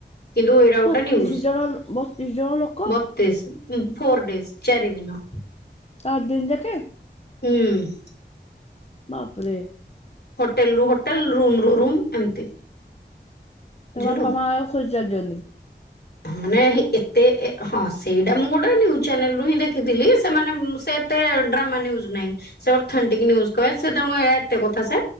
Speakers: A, on the left; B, on the left.
A: କିନ୍ତୁ ଏଇଟା ଗୋଟେ
B: ବତିଶ
A: ନିଉସ
B: ଜଣ ବତିଶ ଜଣ ଲୋକ
A: ବ ଡେଜ୍‌ ଫୋର ଡେଜ୍‌ ଚାର ଦିନ।
B: ଆଉ ଦିଦ ଦେଖେ।
A: ହୁଁ।
B: ବାପ୍ ରେ।
A: ହୋଟେଲ ରୁ ହୋଟେଲ ରୁମ୍ ରୁ ରୁମ୍ ଏମିତି ବୁଝିଲୁ।
B: ତା ବାପା ମାଆ ତାକୁ ଖୋଜୁଛନ୍ତି। ଅଲି
A: ମାନେ ଏତେ ଏ ହଁ। ସେଇଟା ମୁଁ ଗୋଟେ ନ୍ୟୁଜ୍ ଚ୍ୟାନେଲ୍ ରୁ ହିଁ ଦେଖିଥିଲି ସେମାନେ ସେ ଏତେ ଡ୍ରାମା ନ୍ୟୁଜ ନାହିଁ। ସେ ଅଥଣ୍ଟିକ ନ୍ୟୁଜ କହେ ସେ ତାଙ୍କ ଏତେ କଥା ସେ